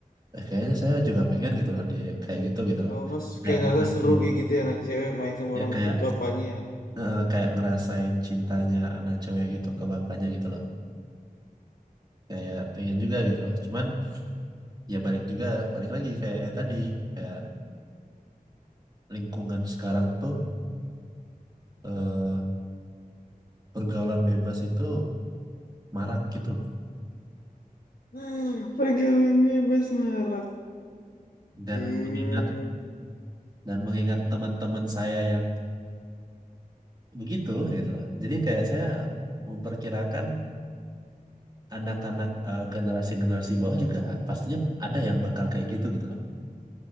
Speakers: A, on the right; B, on the left.
A: eh, kayaknya saya juga pengen gitu loh dia kayak gitu gitu loh
B: oh Mas
A: kayak
B: kayak ngerasa
A: ngerasain
B: seru kayak gitu ya anak cewek main sama
A: ya
B: orang
A: kayak
B: tua bapaknya. Ya?
A: eh, kayak ngerasain cintanya anak cewek gitu ke bapaknya gitu loh kayak pengen juga gitu lah cuman ya balik juga balik lagi kayak yang tadi kayak lingkungan sekarang tuh eh, pergaulan bebas itu marak gitu
B: Ah, Pergaulan bebas marak.
A: dan
B: Hmm.
A: mengingat dan mengingat teman-teman saya yang begitu gitu lah jadi kayak saya memperkirakan anak-anak eh, generasi-generasi bawah juga pastinya ada yang bakal kayak gitu gitu loh